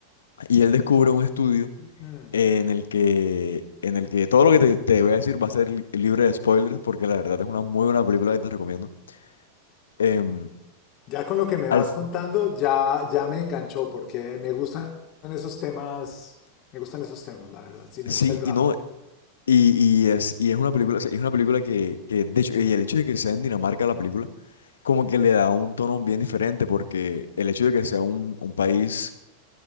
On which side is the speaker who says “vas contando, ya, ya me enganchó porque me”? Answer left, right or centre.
Left